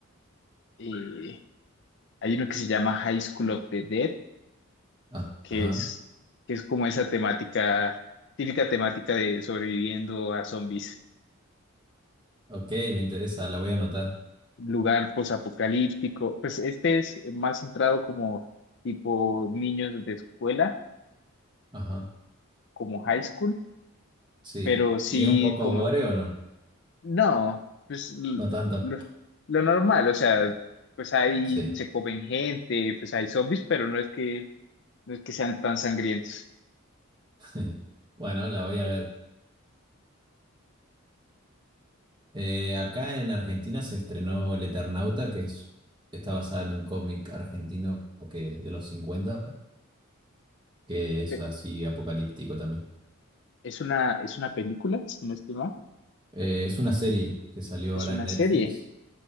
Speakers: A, on the left; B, on the right.
A: eh, hay uno que se llama High School of the Dead,
B: Ah,
A: que
B: Ajá.
A: es, que es como esa temática, típica temática de sobreviviendo a zombies.
B: Ok, me interesa, la voy a anotar.
A: Lugar posapocalíptico. Pues este es más centrado como tipo niños de escuela,
B: Ajá,
A: como high school,
B: sí.
A: pero sí
B: ¿Y es un poco
A: como,
B: gore o no?
A: no, pues l-
B: No tanto.
A: lo, lo normal, o sea, pues ahí
B: Sí.
A: se comen gente, pues hay zombies, pero no es que no es que sean tan sangrientos.
B: <laughs> Bueno, la voy a ver. Eh, acá en Argentina se estrenó El Eternauta, que es, está basada en un cómic argentino que, de los cincuenta que es
A: Pe-
B: así apocalíptico también.
A: Es una, es una película, si no estoy mal.
B: Eh, es una serie que salió
A: Es
B: ahora
A: una
B: en Netflix
A: serie.